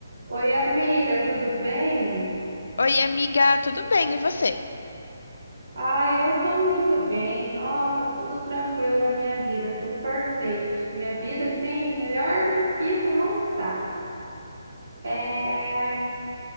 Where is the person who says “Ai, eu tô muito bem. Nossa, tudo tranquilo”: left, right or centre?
Right